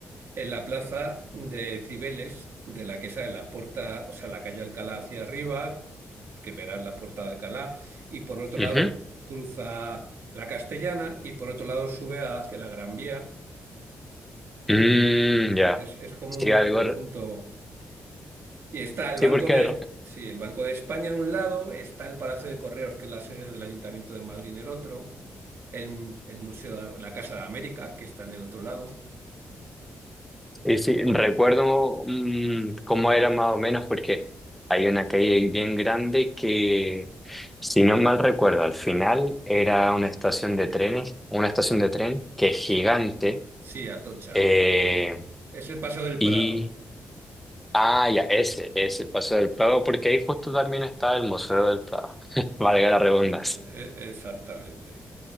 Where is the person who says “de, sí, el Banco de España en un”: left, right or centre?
Right